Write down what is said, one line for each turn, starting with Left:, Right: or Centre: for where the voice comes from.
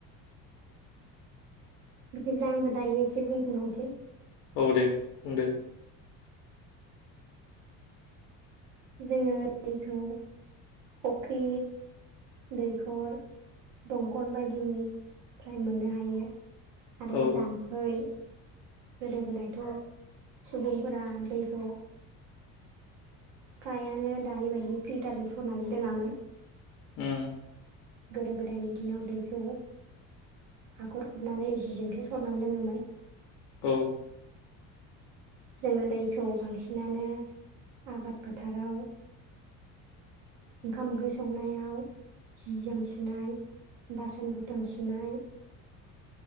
Right: बिदिब्ला आंबो दायो एसे बुंफिन बालनोसै।
Left: औ दे बुंदो।
Right: जोङो दैखौ फख्रि दैखर दंखल बायदिनिफ्राय मोननो हायो। आरो
Left: औ
Right: जाम्फै गोदो-गोदायथ' सुबुंफोरा दैखौ फ्रायानो दानि बायदि फिल्टारजों सरनानै लोङामोन।
Left: ओम
Right: गोदो-गोदायनि दिनाव दैखौ हाखर खुरनानै जिजोंसो सरनानै लोङोमोन।
Left: औ‌
Right: जोङो दैखौ बांसिनानो आबाद फोथाराव ओंखाम ओंख्रि संनायाव जि जोम सुनाय बासान बरटन सुनाय